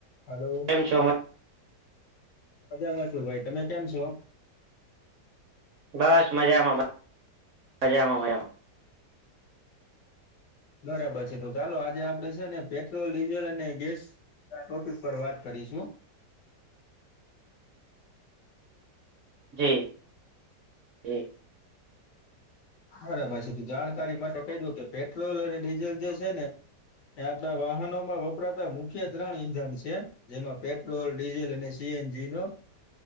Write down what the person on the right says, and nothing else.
કેમ છો?
બસ મજામાં બસ મજામાં મજામાં
જી જી.